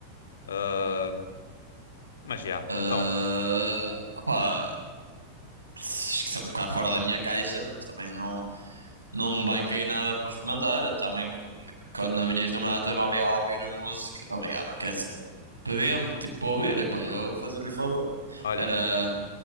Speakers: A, on the left (about 65°); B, on the right (about 80°).
A: Ah, mas já,
B: Ah,
A: então,
B: opá, acho que isso é um bocado fora da minha caixa, mas também não. Não me vai cair nada por experimentar. Também, cu- quando a minha ex-namorada também me obrigava a ouvir música. Obrigada, quer dizer. Pedia-me, tipo, para ouvir. E pá, eu fazia-lhe o favor.
A: olha.
B: Era.